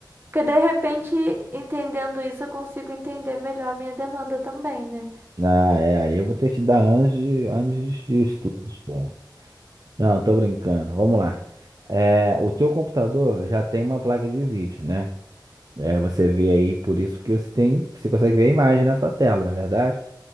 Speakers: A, on the right; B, on the right.
A: Porque de repente, entendendo isso, eu consigo entender melhor a minha demanda também, né?
B: Ah, é, aí eu vou ter que te dar anos de, anos de de estudos, pô. Não, tô brincando. Vamos lá. É, o teu computador já tem uma placa de vídeo, né? É, você vê aí, por isso que você tem, você consegue ver a imagem na sua tela, não é verdade?